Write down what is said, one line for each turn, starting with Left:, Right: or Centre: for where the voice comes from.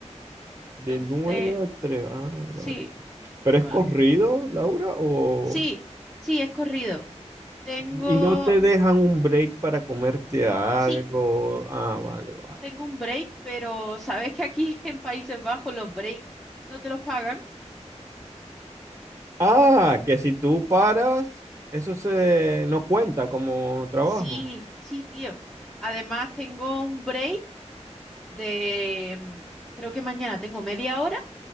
Right: De
Centre: Entonces,
Right: nueve a tres Ah,
Centre: sí,
Right: vale. ¿Pero es
Centre: bueno,
Right: corrido, Laura, o...?
Centre: sí, sí, es corrido. Tengo,
Right: Y no te dejan un break para comerte algo.
Centre: sí.
Right: Ah, vale, vale.
Centre: Tengo un break, pero ¿sabes que aquí <laughs> en Países Bajos los breaks no te los pagan?
Right: Ah, que si tú paras, eso se no cuenta como trabajo.
Centre: Sí, sí, tío. Además, tengo un break de, mm, creo que mañana tengo media hora,